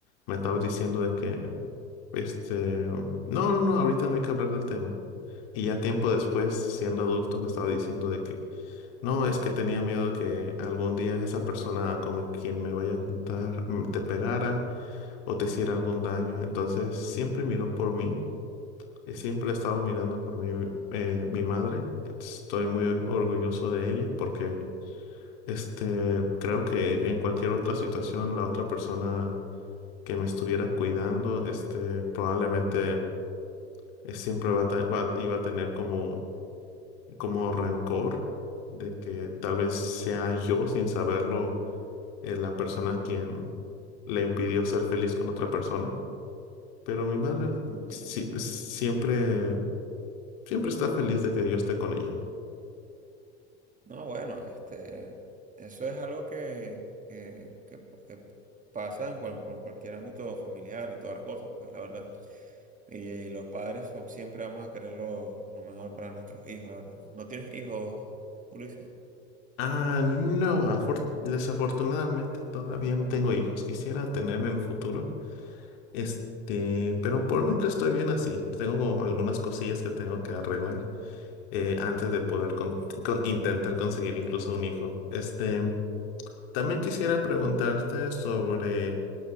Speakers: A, on the left (about 55°); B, on the right (about 25°).
A: me estaba diciendo de que Este, no, no, no, ahorita no hay que hablar del tema. Y ya tiempo después, siendo adulto, me estaba diciendo de que no, es que tenía miedo de que algún día esa persona con quien me vaya a juntar mm, te pegara o te hiciera algún daño. Entonces siempre miró por mí y siempre ha estado mirando por mí eh, mi madre. Estoy muy orgulloso de ella porque este, creo que en cualquier otra situación la otra persona que me estuviera cuidando, este, probablemente eh, siempre va a, ta- va- iba a tener como, como rencor de que tal vez sea yo, sin saberlo, eh, la persona quien le impidió ser feliz con otra persona. Pero mi madre
B: Entiendo,
A: sí-
B: entiendo.
A: siempre, siempre está feliz de que yo esté con ella.
B: No, bueno, este, eso es algo que, que, que- que pasa en, cual- en cualquier ámbito familiar y toda la cosa, pues la verdad. Y, y los padres son, siempre vamos a querer lo, lo mejor para nuestros hijos, la verdad. ¿No tienes hijos, Ulises?
A: Ah, no, afor- desafortunadamente todavía no tengo hijos. Quisiera tener en el futuro. Este, pero por mientras estoy bien así. Tengo algunas cosillas que tengo que arreglar eh, antes de poder con- con- intentar conseguir incluso un hijo. Este, también quisiera
B: Sí.
A: preguntarte sobre,